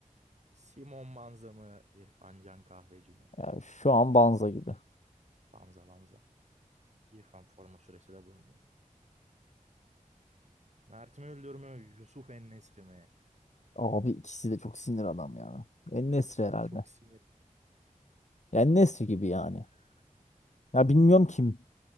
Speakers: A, on the right (about 55°); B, on the left (about 55°).
A: Simon Banza mı, İrfan Can Kahveci mi?
B: Yani şu an Banza gibi.
A: Banza Banza. İrfan forma süresi de bulunuyor. Mert mi Öldür mü, Yusuf En-Nesyri mi?
B: Abi ikisi de çok sinir adam ya. En-Nesyri
A: İkisi
B: herhalde.
A: de çok sinir.
B: Yani En-Nesyri gibi yani. Ya bilmiyorum kim.